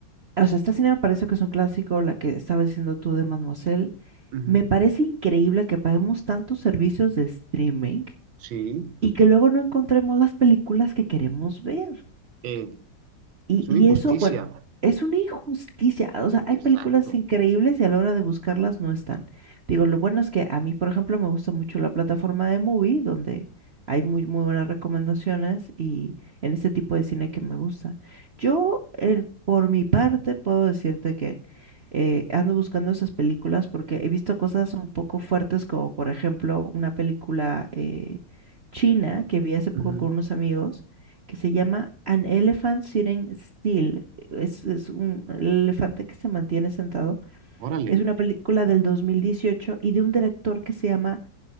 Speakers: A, on the right; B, on the right.
A: o sea, esta cine me parece que es un clásico, la que estabas diciendo tú de Mademoiselle,
B: Ujú.
A: me parece increíble que paguemos tantos servicios de streaming
B: Sí.
A: y que luego no encontremos las películas que queremos ver.
B: Eh,
A: Y,
B: es una
A: y
B: injusticia.
A: eso, bueno, es una injusticia. O sea, hay
B: Exacto.
A: películas increíbles y a la hora de buscarlas no están. Digo, lo bueno es que a mí, por ejemplo, me gusta mucho la plataforma de Movie, donde hay muy, muy buenas recomendaciones y en este tipo de cine que me gusta. Yo, eh, por mi parte, puedo decirte que eh, ando buscando esas películas porque he visto cosas un poco fuertes, como por ejemplo una película eh, china que vi hace poco
B: Ujú.
A: con unos amigos que se llama An Elephant Sitting Still. Es, es un elefante que se mantiene sentado.
B: Órale.
A: Es una película del 2018 y de un director que se llama